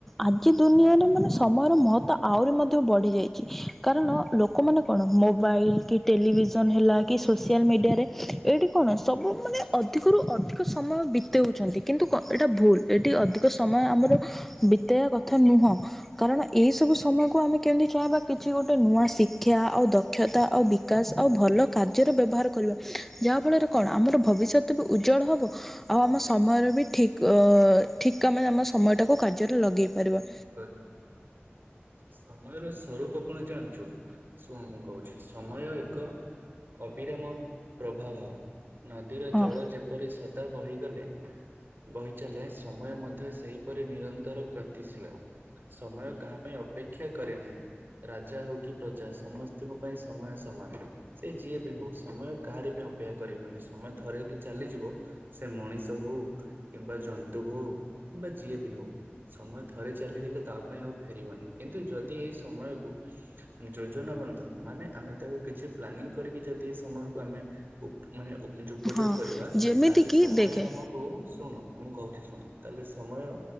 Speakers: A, in the centre; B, on the right.
A: ଆଜି ଦୁନିଆରେ ମାନେ ସମୟର ମହତ ଆହୁରି ମଧ୍ୟ ବଢି ଯାଇଚି କାରଣ ଲୋକମାନେ କଣ ମୋବାଇଲ କି ଟେଲିଭିଜନ ହେଲା କି ସୋସିଆଲ ମିଡ଼ିଆରେ ଏଇଠି କଣ ସବୁ ମାନେ ଅ ଅଧିକରୁ ଅଧିକ ସମୟ ବିତଉଛନ୍ତି କିନ୍ତୁ କଣ ଏଇଟା ଭୁଲ୍। ଏଇଠି ଅଧିକ ସମୟ ଆମର ବିତେଇବା କଥା ନୁହଁ। କାରଣ ଏଇ ସବୁ ସମୟକୁ ଆମେ କେମିତି ଚାହିଁବା କିଛି ଗୋଟେ ନୂଆ ଶିକ୍ଷା ଆଉ ଦ ଦକ୍ଷତା ଆଉ ବିକାଶ ଆଉ ଭଲ କାର୍ଯ୍ୟର ବ୍ୟବହାର କରିବା ଯାହାଫଳରେ କଣ ଆମର ଭବିଷ୍ୟତ ତ ଉଜ୍ଜଳ ହବ ଆଉ ଆମ ସମୟର ବି ଠିକଅ ଏ ଠିକ ଆମେ ଆମ ସମୟ ଟାକୁ କାର୍ଯ୍ୟରେ ଲଗେଇ ପାରିବା।
B: ଠିକ୍ ସମୟର ସ୍ୱରୂପ କଣ ଜାଣିଛୁ? ଶୁଣୁ ମୁଁ କହୁଛି ସମୟ ଏକ ଅବିରାମ ପ୍ରଭାବ। ନଦୀର
A: ହଁ।
B: ଜଳ ଯେପରି ସ ତ ବହିଗଲେ ବହିଚାଲେ ସମୟ ମଧ୍ୟ ସେହିପରି ନିରନ୍ତର କା ତି ଶୀଳ ସମୟ କାହା ପାଇଁ ଅପେକ୍ଷା କରେ ନାହିଁ। ରାଜା ହଉ କି ପ୍ରଜା ସମସ୍ତଙ୍କ ପାଇଁ ସମୟ ସମାନ। ସେ ଯିଏ ବି ହଉ ସମୟ କାହାରି ପାଇଁ ଅପେକ୍ଷା କରିବନି ସମୟ ଥରେ ଯଦି ଚାଲିଯିବ। ସେ ମଣିଷ ହଉ କିମ୍ବା ଜନ୍ତୁ ହଉ କିମ୍ବା ଯିଏ ବି ହଉ। ସମୟ ଥରେ ଚାଲିଗଲେ ତା ପାଇଁ ଆଉ ଫେରିବନି କିନ୍ତୁ ଯଦି ଏଇ ସମୟକୁ ଯୋଜନା ବନ୍ଧ ମାନେ ଆମେ ତାକୁ କିଛି ପ୍ଲାନିଂ କରିକି ଯଦି ଏ ସମୟକୁ ଆମେ ଉପ ମାନେ ଉପଯୋଗ
A: ହଁ
B: କରିବା
A: ଯେମିତି
B: ତାହେଲେ
A: କିି
B: ସମୟ
A: ଦେଖେ
B: ଆମକୁ କୁ ଶୁଣ ମୁଁ କହୁଛି ଶୁଣ ତାହେଲେ ସମୟ